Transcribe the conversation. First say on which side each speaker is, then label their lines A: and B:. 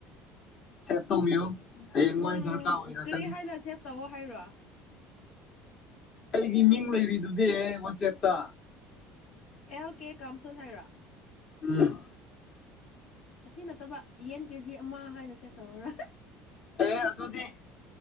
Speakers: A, on the left (about 50°); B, on the left (about 65°).
A: ꯁꯦꯠꯇꯣꯌꯣꯉ
B: ꯎꯝ
A: ꯋꯥ ꯔꯀꯥ ꯑꯣꯏꯔ
B: ꯀꯔꯤ
A: ꯀꯅꯤ
B: ꯍꯥꯏꯅ ꯁꯦꯚ ꯇꯧꯑꯣ ꯍꯥꯏꯔꯣ
A: ꯑꯩꯒꯤ ꯃꯤꯡ ꯂꯩꯔꯤꯗꯨꯗꯤ ꯋꯥꯆꯦꯞꯇ
B: ꯑꯦꯜ ꯀꯦ ꯀꯝꯁꯜ ꯍꯩꯔꯥ
A: ꯎꯝ
B: ꯑꯁꯤ ꯅꯠꯇꯕ ꯌꯦꯟ ꯀꯦ ꯖꯤ ꯑꯃ ꯍꯥꯏꯅ ꯁꯦꯚ ꯇꯧꯍꯔ
A: ꯑꯦ ꯑꯗꯨ ꯑꯗꯨꯗꯤ